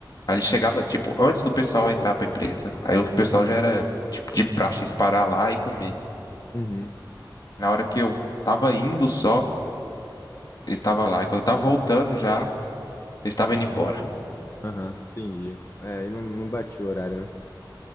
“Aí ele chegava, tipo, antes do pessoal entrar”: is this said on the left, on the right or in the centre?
Left